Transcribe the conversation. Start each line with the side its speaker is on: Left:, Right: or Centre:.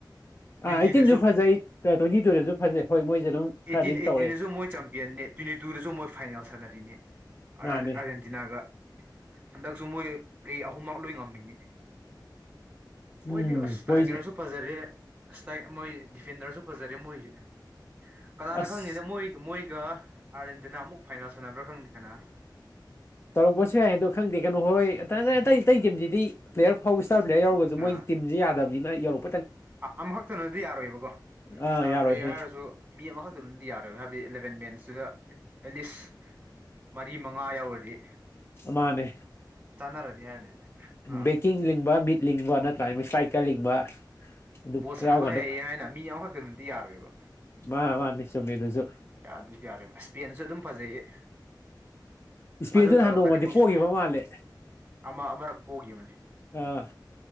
Right: ꯇ꯭ꯋꯦꯟꯇꯤꯗꯁꯨ
Left: ꯑꯥ ꯑꯩꯠꯇꯤꯟꯁꯨ ꯐꯖꯩ ꯇ꯭ꯋꯦꯟꯇꯤ ꯇꯨꯗꯁꯨ ꯐꯖꯩ ꯍꯣꯏ ꯃꯣꯏꯁꯦ ꯑꯗꯨꯝ
Right: ꯑꯩꯠꯇꯤꯅ
Left: ꯈꯔꯗꯤ ꯑꯗꯨꯝ
Right: ꯑꯩꯠꯇꯤꯟꯗꯁꯨ
Left: ꯇꯧꯔꯛꯑꯦ
Right: ꯃꯣꯏ ꯆꯝꯄꯤꯌꯟꯅꯦ ꯇꯨꯗꯁꯨ ꯃꯣꯏ ꯐꯥꯏꯅꯦꯜ ꯁꯥꯟꯅꯔꯤꯅꯦ ꯑꯥꯔꯖꯦꯟꯇꯤꯅꯥꯒ
Left: ꯃꯥꯅꯦ
Right: ꯍꯟꯗꯛ ꯃꯣꯏ ꯄ꯭ꯂꯦ ꯑꯍꯨꯝꯃꯛ ꯂꯣꯏ ꯉꯝꯃꯤꯅꯦ ꯃꯣꯏꯗꯤ
Left: ꯎꯝ
Right: ꯑꯁ ꯇ꯭ꯔꯥꯏꯀꯔꯁꯨ
Left: ꯃꯣꯏꯁꯦ
Right: ꯐꯖꯔꯦ ꯑꯁꯇ ꯃꯣꯏ ꯗꯤꯐꯦꯟꯗꯔꯁꯨ ꯐꯖꯔꯦ ꯃꯣꯏꯁꯦ ꯀꯅꯥꯅ
Left: ꯑꯁ
Right: ꯈꯪꯉꯤꯅ ꯃꯣꯏ ꯃꯣꯏꯒ ꯑꯥꯔꯖꯦꯟꯇꯤꯅꯥ ꯑꯃꯨꯛ ꯐꯥꯏꯅꯦꯜ ꯁꯥꯟꯅꯕ꯭ꯔꯥ ꯈꯪꯗꯦ ꯀꯅꯥ
Left: ꯇꯧꯔꯛꯄꯁꯨ ꯌꯥꯏ ꯍꯥꯏꯗꯣ ꯈꯪꯗꯦ ꯀꯩꯅꯣ ꯍꯣꯏ ꯑꯇꯩ ꯑꯇꯩ ꯇꯤꯝꯁꯤꯗꯤ ꯄ꯭ꯂꯦꯌꯔ ꯐꯥꯎꯕ ꯏꯁꯇꯥꯔ ꯄ꯭ꯂꯦꯌꯥꯔ ꯌꯥꯎꯔꯒꯁꯨ
Right: ꯑꯥ
Left: ꯃꯣꯏ ꯇꯤꯝꯁꯦ ꯌꯥꯗꯅꯤꯅ ꯌꯧꯔꯛꯄ
Right: ꯑꯃꯈꯛꯇꯅꯗꯤ ꯌꯥꯔꯣꯏꯕꯀꯣ
Left: ꯑꯥ
Right: ꯏꯁ꯭ꯇꯥꯔ
Left: ꯌꯥꯔꯣꯏꯍꯦ
Right: ꯄ꯭ꯂꯦꯌꯔ ꯍꯥꯏꯔꯁꯨ ꯃꯤ ꯑꯃꯈꯛꯇꯅꯗꯤ ꯌꯥꯔꯣꯏꯕ ꯍꯥꯏꯕꯗꯤ ꯑꯦꯂꯕꯦꯟ ꯃꯦꯟꯁ ꯁꯤꯗ ꯑꯦꯠꯂꯤꯁ ꯃꯔꯤ ꯃꯉꯥ ꯌꯧꯔꯗꯤ
Left: ꯃꯥꯅꯦ
Right: ꯆꯥꯟꯅꯔꯗꯤ ꯍꯥꯏꯕꯅꯤꯗ ꯑꯥ
Left: ꯕꯦꯀꯤꯡ ꯂꯤꯡꯕ ꯃꯤꯠ ꯂꯤꯡꯕ ꯅꯠꯇ꯭ꯔꯥꯒ ꯃꯣꯏ ꯏꯁꯇꯕꯔꯥꯏꯛꯀꯔ ꯂꯤꯡꯕ ꯑꯗꯨ
Right: ꯕꯣꯜ ꯁꯅꯕ
Left: ꯌꯥꯎꯀꯥꯟꯗ
Right: ꯍꯩ ꯍꯥꯏꯅ ꯃꯤ ꯑꯃꯈꯛꯇꯅꯇ ꯌꯥꯔꯣꯏꯕ
Left: ꯃꯥ ꯃꯥꯅꯤ ꯆꯨꯝꯃꯦ ꯑꯗꯨꯁꯨ
Right: ꯑꯗꯨꯁꯨ ꯌꯥꯔꯦꯕ ꯏꯁꯄꯦꯟ ꯁꯨ ꯗꯨꯝ ꯐꯖꯩꯌꯦ
Left: ꯏꯁꯄꯦꯟꯗꯨꯅ
Right: ꯑꯗꯨꯝ ꯇꯧꯔꯛꯀꯅꯤ
Left: ꯍꯥꯟ ꯅꯣꯡꯃꯗꯤ
Right: ꯃꯣꯏꯁꯨ
Left: ꯄꯣꯛꯈꯤꯕ ꯃꯥꯜꯂꯦ
Right: ꯑꯃ ꯑꯃꯨꯔꯛ ꯄꯣꯛꯈꯤꯕꯅꯤ
Left: ꯑꯥ